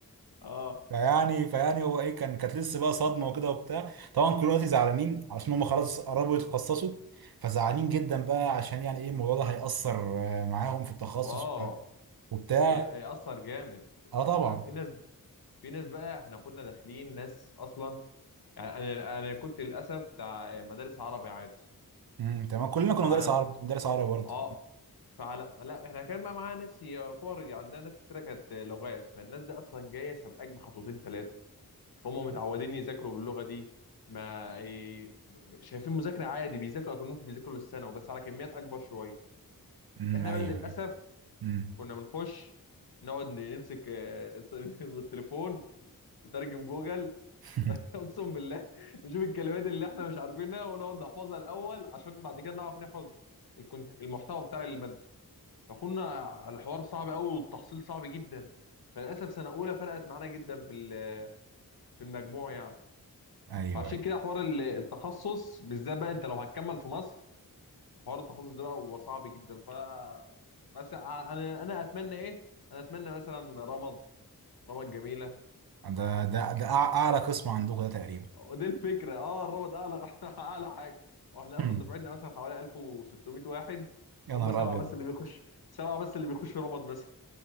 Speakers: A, on the left; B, on the right.
A: اه
B: فيعني فيعني هو ايه كان كانت لسه بقى صدمه وكده وبتاع طبعا كلنا دلوقتي زعلانين علشان هم خلاص قربوا يتخصصوا فزعلانين جدا بقى عشان يعني ايه الموضوع ده هيأثر آه، معاهم في التخصص
A: اه
B: وبتاع
A: بيأثر جامد
B: اه
A: ف-
B: طبعا
A: ففي ناس في ناس بقى احنا كنا داخلين ناس اصلا يعني انا انا كنت للاسف بتاع مدارس عربي عادي
B: امم تمام كلنا كنا
A: فعلى
B: مدرس عربي كنت مدرس عربي برضه
A: اه فعلى لا احنا كان بقى معانا ناس يعتبر يعني عندنا ناس كتيره كانت لغات فالناس دي اصلا جايه سابقاك بخطوتين ثلاثه هم متعودين يذاكروا باللغه دي ما إيه، شايفين مذاكره عادي بيذاكروا اكنهم بيذاكروا للثانوي بس على كميات اكبر شويه
B: امم
A: احنا
B: ايوه
A: بقى للاسف
B: ايوه امم
A: كنا بنخش نقعد نمسك آه، الت- <laughs> التليفون وترجم جوجل <laughs>
B: <laughs>
A: اقسم بالله نشوف الكلمات اللي احنا مش عارفينها ونقعد نحفظها الاول عشان بعد كده نعرف نحفظ الكنت المحتوى بتاع الماده فكنا الحوار صعب قوي والتحصيل صعب جدا فللاسف سنه اولى فرقت معانا جدا في ال- في المجموع يعني
B: ايوه
A: فعشان
B: ايوه
A: كده حوار ال- التخصص بالذات بقى انت لو هتكمل في مصر حوار التخصص ده بقى هو صعب جدا ف مثلا انا انا اتمنى ايه انا اتمنى مثلا رمض رمض جميله
B: ده ده ده أع- اعلى قسم عندكم ده تقريبا
A: دي الفكره اه الرمض اعلى <laughs> اعلى حاجه واحنا
B: <laughs>
A: اصلا دفعتنا مثلا حوالي 1600 واحد
B: يا
A: هم
B: نهار
A: سبعه
B: ابيض
A: بس اللي بيخش سبعه بس اللي بيخشوا رمض مثلا